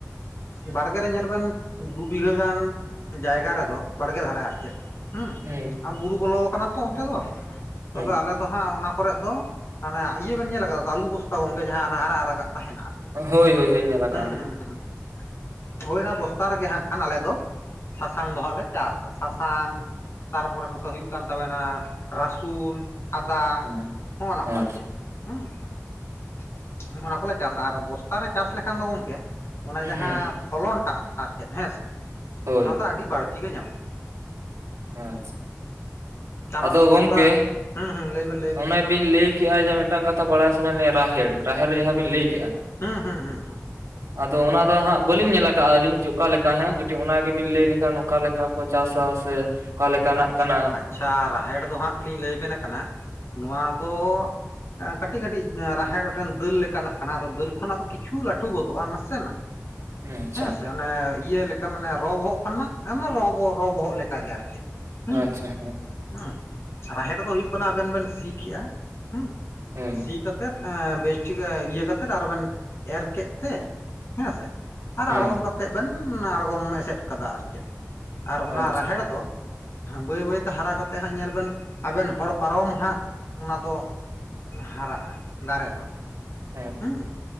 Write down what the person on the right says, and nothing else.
ᱦᱩᱸ ᱾
ᱦᱮᱸ
ᱦᱳᱭ
ᱦᱳᱭ ᱧᱮᱞ ᱟᱠᱟᱜᱼᱟ
ᱞᱤᱧ
ᱦᱮᱸ
ᱟᱪᱪᱷᱟ
ᱦᱮᱸ
ᱦᱳᱭ
ᱟᱪᱪᱷᱟ
ᱟᱫᱚ
ᱜᱚᱝᱠᱮ
ᱚᱱᱮ ᱵᱤᱱ ᱞᱟᱹᱭ ᱠᱮᱜᱼᱟ ᱡᱮ ᱢᱤᱫ ᱴᱟᱝ ᱠᱟᱛᱷᱟ ᱵᱟᱲᱟᱭ ᱥᱟᱱᱟᱭᱮᱫ ᱞᱤᱧᱟ ᱨᱟᱦᱮᱲ ᱨᱟᱦᱮᱲ ᱡᱟᱦᱟᱸ ᱵᱤᱱ ᱞᱟᱹᱭ ᱠᱮᱜᱼᱟ
ᱟᱫᱚ ᱚᱱᱟ ᱫᱚ ᱦᱟᱸᱜ ᱵᱟᱹᱞᱤᱧ ᱧᱮᱞ ᱟᱠᱟᱜ, ᱟᱹᱞᱤᱧ ᱪᱚ ᱚᱠᱟ ᱞᱮᱠᱟ ᱦᱮᱸ ᱠᱟᱹᱴᱤᱡ ᱚᱱᱟ ᱜᱮ ᱵᱤᱱ ᱞᱟᱹᱭ ᱞᱮᱠᱷᱟᱱ ᱚᱠᱟ ᱞᱮᱠᱟ? ᱠᱚ ᱪᱟᱥᱟ ᱥᱮ ᱚᱠᱟ ᱞᱮᱠᱟᱱᱟᱜ
ᱠᱟᱱᱟ
<inaudible> ᱟᱪᱪᱷᱟ
ᱟᱪᱪᱷᱟ ᱦᱮᱸ
ᱦᱮᱸ!
ᱦᱮᱸ
ᱟᱪᱪᱷᱟ
ᱦᱮᱸ